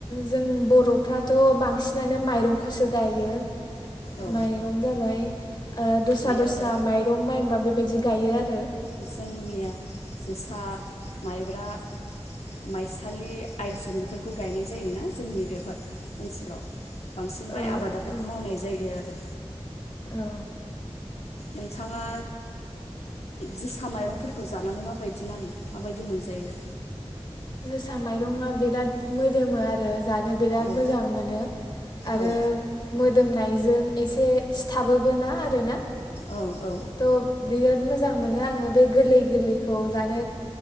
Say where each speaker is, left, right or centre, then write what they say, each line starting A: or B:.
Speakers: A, on the left; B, on the left.
A: जों बर'फ्राथ' बांसिनानो माइरंखौसो गायो
B: औ
A: माइरं जाबाय ओ दस्रा
B: बेयावनो
A: दस्रा माइरं माइबा बेबायदि गायो आरो
B: जोंनिया जोसा माइब्रा माइसालि आइजुन बेफोरखौ गायनाय जायोना जोंनि बेहाय ओनसोलाव बांसिन माइ
A: ओ
B: आबादा बेखौ
A: औ
B: मावनाय जायो आरो
A: औ
B: नोंथाङा जोसा माइरंफोरखौ जानानै माबायदि नाङो माबायदि मोनजायो
A: जोसा माइरंआ बिराद मोदोमो आरो जानो बिराद
B: औ
A: मोजां मोनो आरो
B: औ
A: मोदोमनाय ओजों एसे सिथाबोबोना आरोना
B: औ औ
A: थ' बियो मोजां मोनो आङो बे गोरलै गोरलैखौ जानो